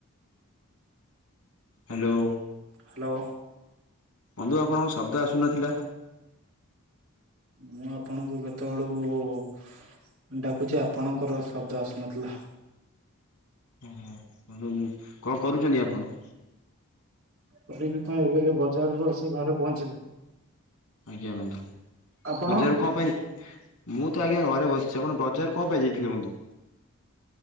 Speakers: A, on the left; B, on the right.
A: ହ୍ୟାଲୋ।
B: ହ୍ୟାଲୋ।
A: ବନ୍ଧୁ ଆପଣଙ୍କ ଶବ୍ଦ ଆସୁନଥିଲା?
B: ମୁଁ ଆପଣଙ୍କୁ କେତେବେଳୁ ମୁ ଡାକୁଚ ଆପଣଙ୍କର ଶବ୍ଦ ଆସୁନଥିଲା।
A: ଓ ହୋ ବନ୍ଧ କଣ କରୁଛନ୍ତି ଆପଣ?
B: କରିବି ତ ଏବେ ବଜାରରୁୁ ଆସି ଘରେ ପହଞ୍ଚିଲି।
A: ଆଜ୍ଞା ବନ୍ଧୁ
B: ଆପଣ
A: ମଜାରୁ କଣ ପାଇଁ? ମୁଁ ତ ଆଜ୍ଞା ଘରେ ବସିଛି ଆପଣ ବଜାର କଣ ପାଇଁ ଯାଇଥିଲେ ବନ୍ଧୁ?